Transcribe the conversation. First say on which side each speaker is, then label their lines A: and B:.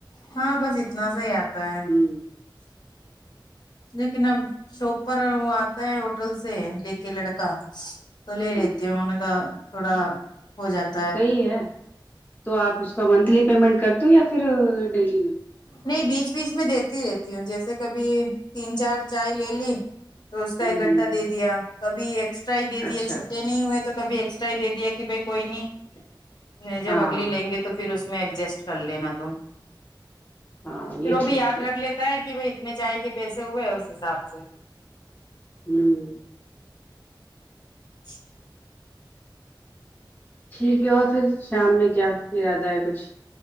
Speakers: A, on the left (about 60°); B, on the left (about 20°).
A: ہاں بس اتنا سا ہی آتا ہے
B: ہوں
A: لیکن اب شاپ پر وہ آتا ہے ہوٹل سے لے کے لڑکا تو لے لیتے
B: ہوں
A: ہیں ان کا تھوڑا ہو جاتا
B: صحیح ہے تو آپ اس کا منتھلی پیمنٹ کرتے ہو یا پھر ڈیلی میں
A: نہیں بیچ بیچ میں دیتی رہتی ہوں جیسے کبھی تین چار چائے لے لی تو اس کا
B: ہ
A: اکٹھا
B: ہ
A: دے دیا کبھی ایکسٹرا ہی دے
B: اچھا
A: دیا چھٹے نہیں ہوئے تو کبھی ایکسٹرا ہی دے دیا کہ بھئی کوئی نہیں جب
B: ہاں
A: اگلی لیں گے تو پھر اس اس میں ایڈجسٹ کر لینا تم
B: ہاں
A: پھر
B: یہ
A: وہ
B: ٹھیک
A: بھی یاد
B: ہے
A: رکھ لیتا ہے کہ بھئی اتنے چائے کے پیسے ہوئے اس حساب سے
B: ہمم
A: <inaudible>
B: ٹھیک ہے اور پھر شام میں کیا ارادہ ہے کچھ